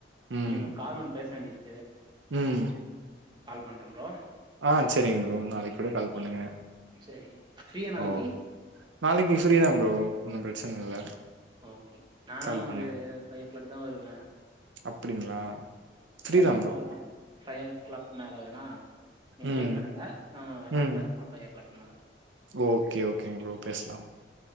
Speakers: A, on the right; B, on the right.
A: ம்
B: இன்னொரு கால் ஒண்ணு பேச வேண்டி இருக்
A: ம்
B: பண்றே ப்ரோ
A: ஆ செரிங்க ப்ரோ நாளைக்கு கூட கால் பண்ணுங்க
B: சரிங்க ஃப்ரீயா நாளைக்கு
A: ஓ நாளைக்கி ஃப்ரீதா ப்ரோ ஒன்னும் பிரச்சன இல்ல
B: ஓகே நானு
A: கால்
B: ஒரு
A: பண்ணுங்க
B: ஃபைவ் ஓ கிளாக்தா வருவே
A: அப்டிங்களா? ஃப்ரீ
B: லைக்
A: தா ப்ரோ
B: ஆ ஃபைவ் ஓ கிளாக் மேல வேண்ணா நீங்க
A: ம்
B: ஃப்ரீ பண்ணுங்க நாம வேண்ணா
A: ம்
B: பேசலா ஃபைவ் ஓ கிளாக் மேல
A: ஓகே ஓகேங் ப்ரோ பேசலா